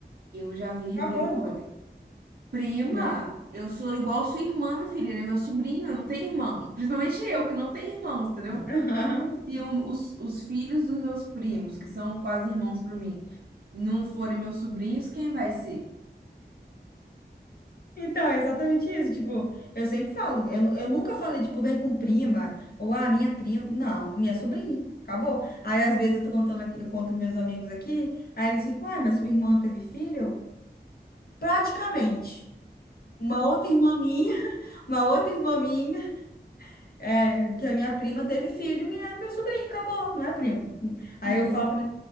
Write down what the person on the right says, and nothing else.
Eu já vi, reviro
o olho. Prima,
eu sou igual sua irmã, minha filha, ele é meu sobrinho, eu não tenho irmão. Principalmente eu, que não tenho irmãos, entendeu?
Se um- os, os filhos dos meus primos, que são quase irmãos pra mim, não forem meus sobrinhos, quem vai ser?
Sim.